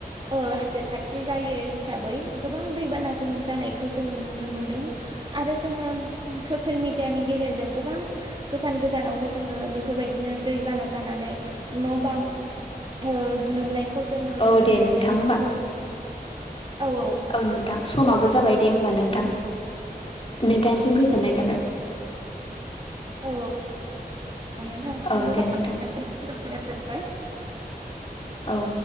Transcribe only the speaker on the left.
औ
दे
नोंथां होमबा
औ नोंथां समाबो जाबाय दे होमबा नोंथां। नोंथांसिम गोजोननाय थाबाय
औ दे
नोंथां
औ